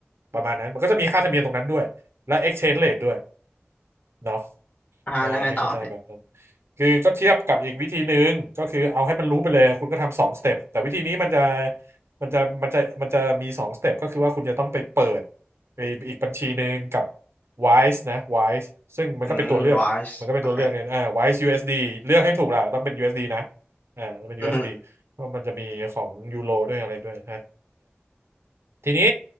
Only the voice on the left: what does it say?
อ่าฮะแล้วไงต่อพี่
อืมวายโอเค
อืมอหืม